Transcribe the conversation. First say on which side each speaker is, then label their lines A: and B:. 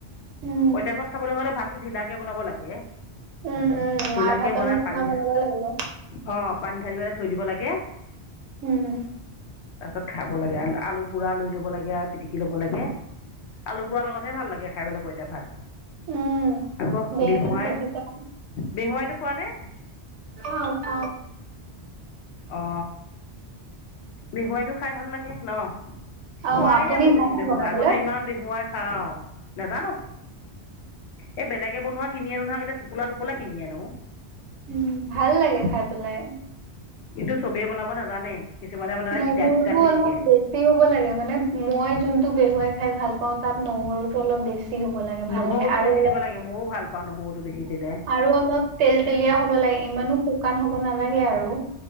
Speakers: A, on the right; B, on the left.
A: উম
B: পঁইতাপাত খাবলৈ হ'লে ভাতটো ঢিলাকৈ বনাব লাগে <unintelligible>
A: উম উম,
B: ঢ়িলাকে
A: মাৰ ভাতৰ
B: বনাই
A: নিচিনা
B: পানী
A: বনাব লাগিব
B: অ পানী ঢালি পেলাই থৈ দিব লাগে
A: উম
B: তাৰ পাছত খাব লাগে আলু পুৰা লৈ ল'ব লাগে আৰু পিটিকি ল'ব লাগে আলু পুৰা লগতহে ভাল লাগে খাই পেলাই পইতা ভাত
A: উম,
B: আকৌ
A: বেঙেনা
B: বিহুৱাই
A: পিটিকা
B: বিহুৱাইটো খোৱা নে
A: অ ক
B: অ বিহুৱাইটো খাই ভাল লাগে ন
A: অ
B: খোৱাই
A: আপুনি
B: নাই বহুত
A: জানে
B: দিন বিহুৱাই
A: বনাবলৈ
B: আগতে ইমান বিহুৱাই খাওঁ নাজানো এই বেলেগে বনোৱা কিনি আনো আগতে টোপোলা টোপো কিনি আনো
A: উম ভাল লাগে খাই পেলাই
B: কিন্তু চবেই বনাব নাজানে কিছুমানে বনালে
A: নহৰুটো
B: তিতা তিতা হৈ
A: অলপ
B: থাকে
A: বেছি হ'ব লাগে মানে মই যোনটো বেহুৱাই খাই ভাল অ তাত নহৰুটো অলপ বেছি হ'ব লাগ ভাল
B: নহৰুটো
A: লাগে আৰু
B: বেছি
A: অলপ
B: দিব লাগে ময়ো ভাল পাওঁ নহৰুটো বেছি দিলে
A: আৰু অলপ তেল তেলীয়া হ'ব লাগে ইমানো শুকান হ'ব নালাগে আৰু